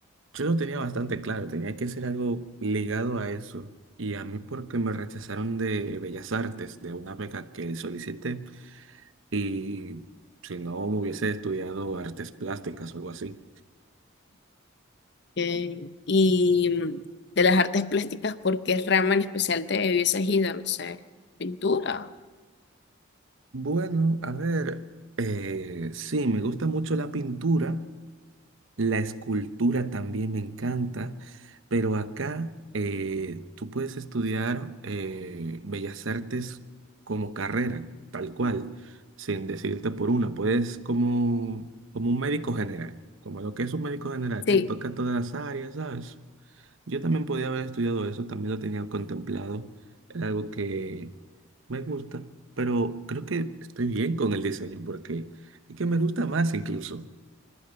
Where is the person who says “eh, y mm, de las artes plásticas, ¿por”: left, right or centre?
Left